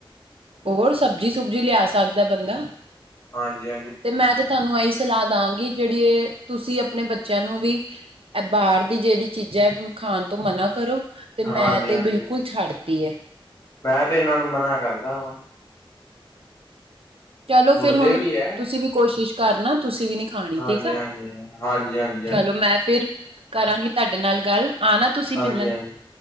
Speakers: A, on the right; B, on the left.
A: ਹੋਰ ਸਬਜ਼ੀ ਸੁਬਜੀ ਲਿਆ ਸਕਦਾ ਬੰਦਾ,
B: ਹਾਂਜੀ ਹਾਂ,
A: ਤੇ ਮੈਂ ਤੇ ਤੁਹਾਨੂੰ ਇਹੀ ਸਲਾਹ ਦਾਂਗੀ, ਜਿਹੜੀ ਤੁਸੀਂ ਆਪਣੇ ਬੱਚਿਆਂ ਨੂੰ ਵੀ ਇਹ ਬਾਹਰ ਦੀ ਜਿਹੜੀ ਚੀਜ਼ਾਂ ਹੈ, ਖਾਣ ਤੋਂ ਮਨਾ ਕਰੋ ਤੇ
B: ਹਾਂਜੀ-ਹਾਂਜੀ
A: ਮੈਂ ਤੇ ਬਿਲਕੁਲ ਛੱਡ ਤੀ ਤੀ ਹੈ,
B: ਮੈਂ ਤੇ ਇਹਨਾਂ ਨੂੰ ਮਨਾ ਕਰਦਾ ਵਾਂ,
A: ਚਲੋ
B: ਮੁੜਦੇ
A: ਫਿਰ ਹੁਣ
B: ਵੀ ਐ
A: ਤੁਸੀਂ ਵੀ ਕੋਸ਼ਿਸ਼ ਕਰਨਾ ਤੁਸੀਂ ਵੀ ਨਹੀ ਖਾਣੀ
B: ਹਾਂਜੀ-ਹਾਂਜੀ,
A: ਠੀਕ ਆ
B: ਹਾਂਜੀ-ਹਾਂਜੀ, ਹਾਂਜੀ,
A: ਚਲੋ, ਮੈਂ ਫਿਰ ਕਰਾਂਗੀ ਤੁਹਾਡੇ ਨਾਲ ਗੱਲ ਆ ਨਾ ਤੁਸੀਂ
B: ਹਾਂਜੀ-ਹਾਂਜੀ।
A: ਮਿਲਣ,